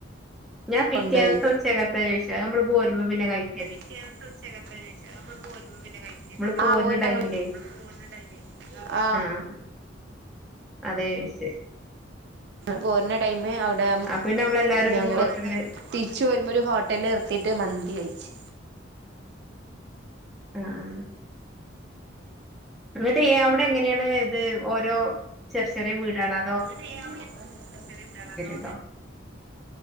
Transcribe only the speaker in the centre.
ഞാൻ പിറ്റേന്നത്തെ
ഉച്ചക്കാത്താ ചോദിച്ചാ നമ്മള് പോരുമ്പോ പിന്നെ കഴി
നമ്മള് പോരുന്ന
ടൈമിലേ
ആഹ് അതെ ശരി
അപ്പൊ പിന്നെ നമ്മളെല്ലാരും ഒരു
ഹോട്ടലില്
ആഹ് ങ്ങട്ട് അവിടെ എങ്ങനെയാണ് ഇത് ഓരോ ചെറിയ ചെറിയ വീടളാ
ഉണ്ടോ